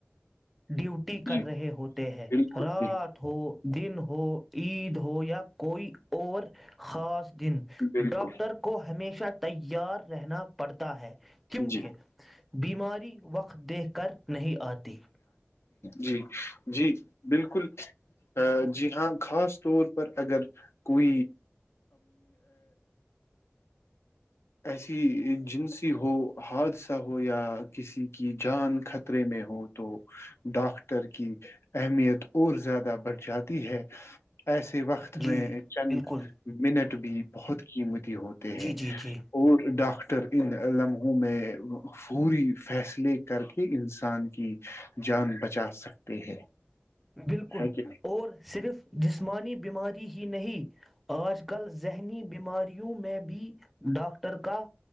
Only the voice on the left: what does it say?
جی
بالکل
بالکل
بالکل
جی
جی جی بالکل جی ہاں خاص طور پر اگر کوئ ایسی جنسی ہو حادثہ ہو یا کسی کی جان خطرے میں ہو تو ڈاکٹر کی اہمیت اور زیادہ بڑھ جاتی ہے ایسے وقت میں
چند
منٹ بھی بہت قیمتی ہوتے
ہیں
ڈاکٹر ان لمحوں میں پوری فیصلے کر کے انسان کی جان بچا سکتے ہیں
ہے کہ نہیں